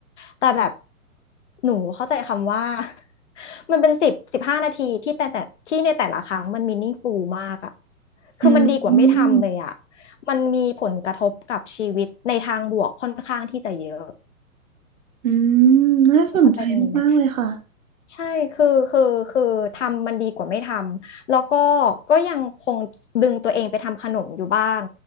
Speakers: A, on the left; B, on the right.
A: แต่แบบหนูเข้าใจคำว่า <laughs> มันเป็นสิบสิบห้านาทีที่แต่แต่ที่ในแต่ละครั้งมัน meaningful มากอ่ะคือมันดีกว่าไม่ทำเลยอ่ะ
B: อืม
A: มันมีผลกระทบกับชีวิตในทางบวกค่อนข้างที่จะเยอะ
B: อืมน่าสนใจมากๆเลยค่ะ
A: เข้าใจตรงนี้ไหม ใช่คือคือคือทำมันดีกว่าไม่ทำ แล้วก็ก็ยังคงดึงตัวเองไปทำขนมอยู่บ้าง